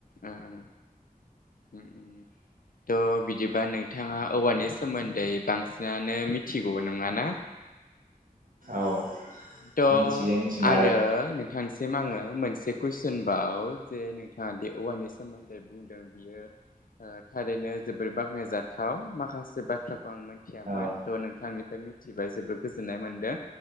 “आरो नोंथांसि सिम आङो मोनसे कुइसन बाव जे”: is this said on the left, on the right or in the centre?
Left